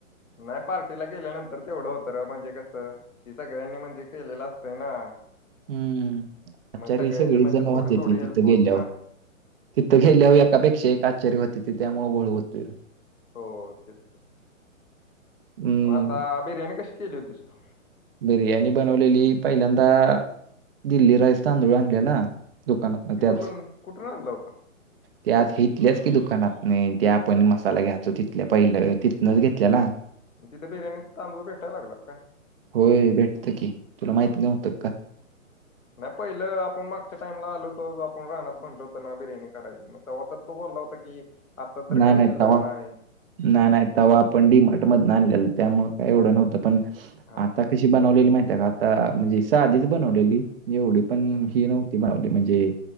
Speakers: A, on the left; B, on the right.
A: लय पार्टीला गेल्यानंतर तेवढं होत तर आपण जे कस ते सगळ्यांनी म्हणजे केलेलं असतंय ना
B: हम्म आचारी
A: मग सगळ्यांची
B: सगळीच
A: म्हणजे
B: जण होत्याती
A: थोडी थोडी हेल्प
B: तिथं
A: होती
B: गेल्याव
A: ना
B: तिथं गेल्याव एकापेक्षा एक आचारी होत्यात त्यामुळं घोळ हुतूय
A: हो तेच की
B: हम्म
A: म आता बिर्याणी कशी केली होतीस तू
B: बिर्याणी बनवलेली पहिल्यांदा दिल्ली राईस तांदूळ आणलेला दुकानातनं
A: ती
B: त्याच
A: कुठून कुठून आणला होता
B: त्याच इथल्याच की दुकानातनं त्या आपण मसाला घ्यायचो तिथल्या पहिल्या तिथनचं घेतल्याला
A: तिथं बिर्याणीच तांदूळ भेटाय लागलं काय
B: होय भेटतं की तुला माहिती नव्हतं का
A: नाय पहिलं आपण मागच्या टाइमला आलो होतो आपण रानात म्हणलं हुतं ना बिर्याणी करायची म तवा तर तो बोला हूता की आता तर
B: नाय
A: काही
B: नाय
A: शिल्लक
B: तवा
A: नाही
B: नाय नाय तवा आपण डी मार्ट मध्नं आणल्यालं त्यामुळं काय एवढं नव्हतं पण
A: हा
B: आता
A: हा
B: कशी बनवलेली माहितय का आता म्हणजे साधीच बनवलेली एवढी पण
A: होय
B: ही नव् बनवली म्हणजे,